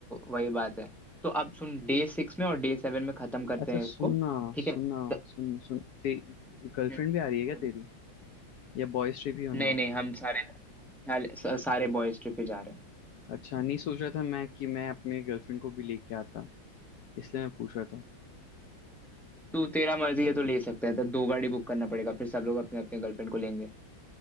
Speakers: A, in the centre; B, on the left.
A: वही बात है तो अब सुन डे सिक्स में और डे सेवन में खत्म करते
B: अच्छा
A: हैं इसको
B: सुनना
A: ठीक
B: सुनना
A: है तो-
B: सुन सुन ते गर्लफ्रेंड
A: हम्म।
B: भी आ रही है क्या तेरी या बॉयज ट्रिप ही होने
A: नहीं
B: वाला
A: नहीं हम सारे सारे सारे बॉयज ट्रिप पे जा रहे हैं
B: अच्छा नहीं सोच रहा था मैं कि मैं अपने गर्लफ्रेंड को भी लेके आता इसलिए मैं पूछ रहा था
A: तू तेरा मर्जी है तो ले सकता है तो दो गाड़ी बुक करना पड़ेगा फिर सब लोग अपने अपने गर्लफ्रेंड को लेंगे